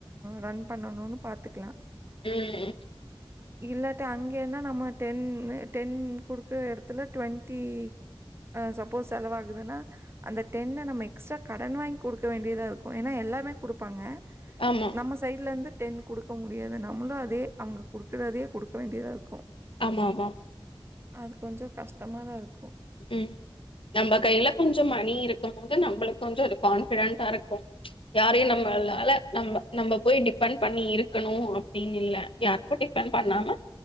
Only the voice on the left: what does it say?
ம்
ஆமா
ஆமா ஆமா
ம் நம்ம கையில கொஞ்சம் மணி இருக்கும் போது நம்மளுக் கொஞ்சோ அது கான்பிடன்டா இருக்கு யாரையு நம்மளால நம்ம நம்ம போய் டிபெண்ட் பண்ணி இருக்கணு அப்டின்னு இல்ல யாருக்கு டிபன் பண்ணாமா